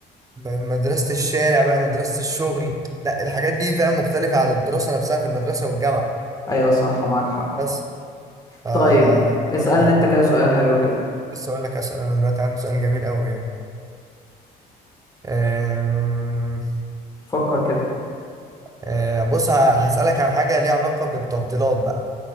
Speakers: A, on the right; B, on the left.
A: م- مدرسة الشارع بقى مدرسة الشغل لا الحاجات دي فاهم مختلفة عن الدراسة نفسها في المدرسة والجامعة
B: ايوه صح معاك حق
A: بس ف
B: طيب اسألني
A: يعني
B: انت كده سؤال حلو كده
A: لسه اقول لك اسال انا دلوقتي عندي سؤال جميل قوي يعني أم...
B: فكر كده
A: أه، بص ه- هسالك عن حاجة ليها علاقة بالتفضيلات بقى